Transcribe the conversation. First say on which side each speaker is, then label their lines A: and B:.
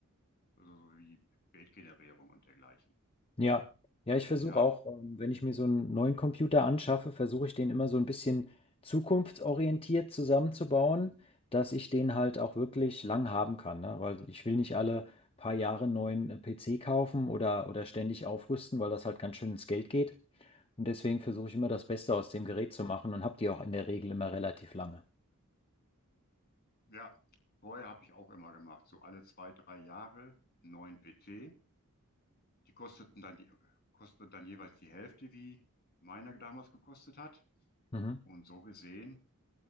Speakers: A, on the left; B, on the left.
A: also so wie Bildgenerierung und dergleichen.
B: Ja, ja,
A: Und
B: ich versuche
A: ja,
B: auch, ähm, wenn ich mir so einen neuen Computer anschaffe, versuche ich den immer so ein bisschen zukunftsorientiert zusammenzubauen, dass ich den halt auch wirklich lang haben kann, ne? Weil ich will nicht alle paar Jahre einen neuen äh, PC kaufen oder, oder ständig aufrüsten, weil das halt ganz schön ins Geld geht. Und deswegen versuche ich immer das Beste aus dem Gerät zu machen und habe die auch in der Regel immer relativ lange.
A: ja, vorher habe ich auch immer gemacht, so alle zwei, drei Jahre neuen PC. Die kosteten dann die, kosteten dann jeweils die Hälfte, wie meiner damals gekostet hat.
B: Mhm.
A: Und so gesehen,